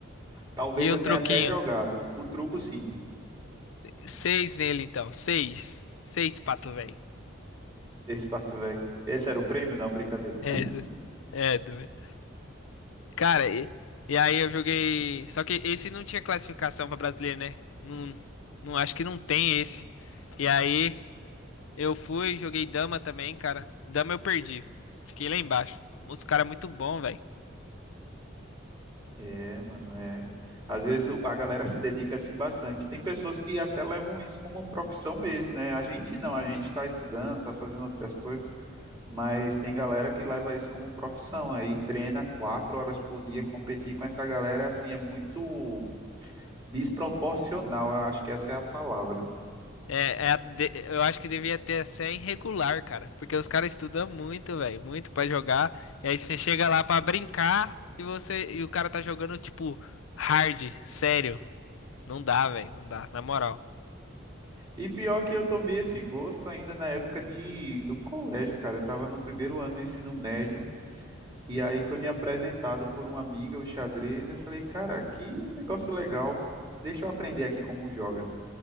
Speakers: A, on the right; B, on the left.
A: Talvez
B: E
A: eu
B: um
A: tenha
B: truquinho.
A: até jogado. O truco sim.
B: Seis nele, então. Seis. Seis, pato, velho.
A: Esse parto velho. Esse era o prêmio? Não, brincadeira.
B: É, cês- é doido. Cara, e, e aí eu joguei. Só que esse não tinha classificação pra brasileiro, né? Não, não acho que não tem esse. E aí eu fui, joguei dama também, cara. Dama eu perdi. Fiquei lá embaixo. Os caras muito bom, velho.
A: É, mano, é. Às vezes o- a galera se dedica assim bastante. Tem pessoas que até levam isso como profissão mesmo, né? A gente não, a gente tá estudando, tá fazendo outras coisas. Mas tem galera que leva isso como profissão, aí treina quatro horas por dia, competir com essa galera assim é muito desproporcional, eu acho que essa é a palavra.
B: É, é a de- eu acho que devia ter ser irregular, cara. Porque os caras estudam muito, velho. Muito pra jogar. E aí você chega lá pra brincar e você e o cara tá jogando, tipo, hard, sério. Não dá, velho. Não dá, na moral.
A: E pior que eu tomei esse gosto ainda na época de, do colégio, cara. Eu estava no primeiro ano do ensino médio e aí foi me apresentado por uma amiga o xadrez. eu falei, cara, que negócio legal. Deixa eu aprender aqui como joga.